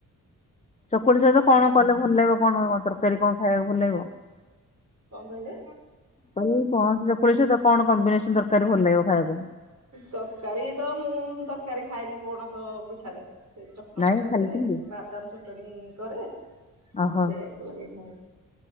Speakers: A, on the left; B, on the right.
A: ଚକୁଳି ସହିତ କଣ କଲେ ଭଲ ଲାଗିବ, କଣ ତରକାରୀ କଣ ଖାଇବାକୁ ଭଲ ଲାଗିବ।
B: କଣ କହିଲେ
A: ତମୁଁ ପଣସ ଚକୁଳି ସହିତ କଣ କମ୍ବିନେସନ ତ ରକାରି ଭଲ ଲାଗିବ ଖାଇବା ପାଇଁ।
B: ତରକାରୀ ତ ମୁଁ ତରକାରୀ ଖାଏନି ପଣସ ପିଠାରେ। ସେଇ ଚଟଣି
A: ନାଇଁ
B: କରିଦେ,
A: ଖାଲି ସେମିତି
B: ସେ ବାଦାମ ଚଟଣି କରେ
A: ଓହୋ
B: ସେଇଆକୁ ଲଗେଇ ଖାଏ।